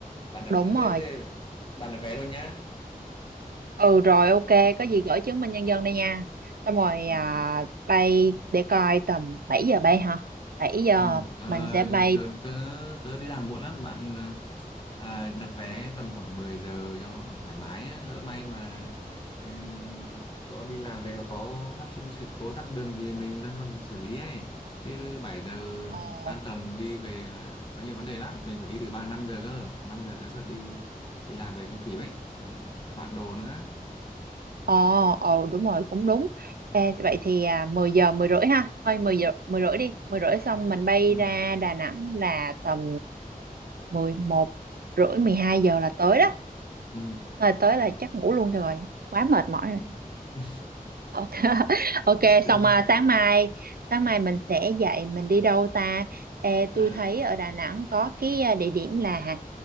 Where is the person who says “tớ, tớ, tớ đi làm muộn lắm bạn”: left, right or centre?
Left